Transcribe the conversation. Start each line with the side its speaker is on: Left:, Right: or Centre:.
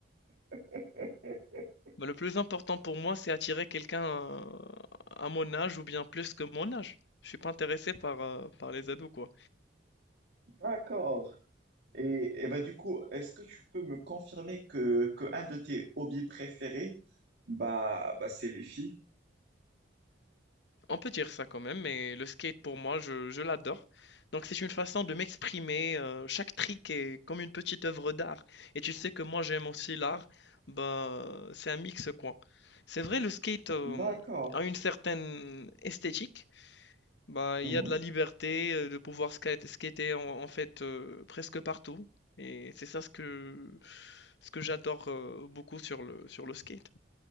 Right: <laughs>
Left: Bah, le plus important pour moi c'est attirer quelqu'un euh, à mon âge ou bien plus que mon âge. Je suis pas intéressé par, euh, par les ados quoi.
Right: D'accord. Et, et bah, du coup, est-ce que tu peux me confirmer que, que un de tes hobbies préférés, bah, bah, c'est les filles?
Left: On peut dire ça quand même, mais le skate pour moi, je, je l'adore. Donc c'est une façon de m'exprimer. euh, chaque trick est comme une petite œuvre d'art. Et tu sais que moi j'aime aussi l'art. Bah, c'est un mix quoi. C'est vrai, le skate euh,
Right: D'accord.
Left: a une certaine esthétique. Bah, il
Right: Mhm.
Left: y a de la liberté euh, de pouvoir skate- skater en, en fait euh, presque partout. Et c'est ça ce que, ce que j'adore euh, beaucoup sur le, sur le skate.